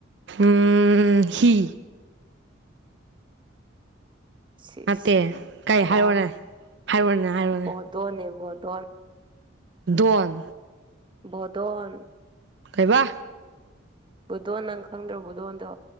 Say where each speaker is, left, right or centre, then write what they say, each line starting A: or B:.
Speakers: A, on the right (about 60°); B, on the right (about 25°).
A: ꯎꯝ ꯍꯤ꯫
B: ꯁꯤꯁ
A: ꯅꯠꯇꯦ ꯀꯩ ꯍꯥꯏꯔꯣꯅꯦ
B: ꯂꯥꯜꯂꯦ
A: ꯍꯥꯏꯔꯣꯅꯦ ꯍꯥꯏꯔꯣꯅꯦ
B: ꯕꯣꯗꯣꯟꯅꯦ ꯕꯣꯗꯣꯟ꯫
A: ꯗꯣꯟ꯫
B: ꯄꯨꯗꯣꯟ꯫
A: ꯀꯩꯕ꯫
B: ꯄꯨꯗꯣꯟ ꯅꯪ ꯈꯪꯗ꯭ꯔꯣ ꯄꯨꯗꯣꯟꯗꯣ꯫